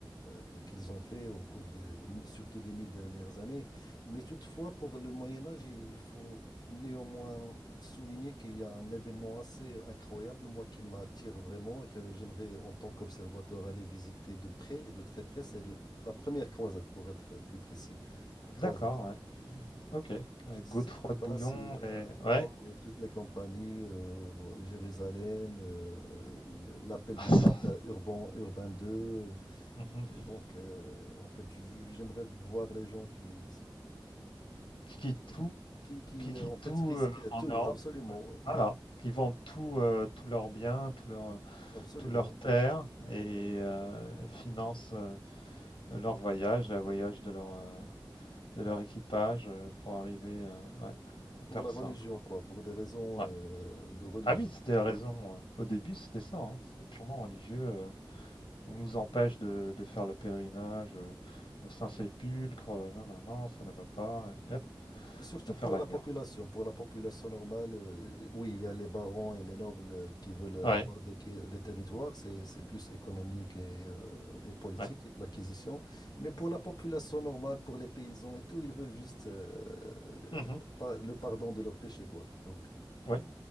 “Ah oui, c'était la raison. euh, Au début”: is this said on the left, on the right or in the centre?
Left